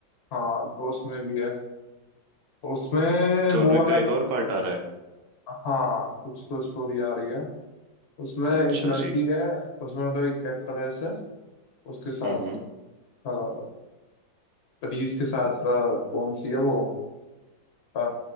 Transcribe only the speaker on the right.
चॉर्विक
का एक और पार्ट आ रहा है
अच्छा
जी
हम्म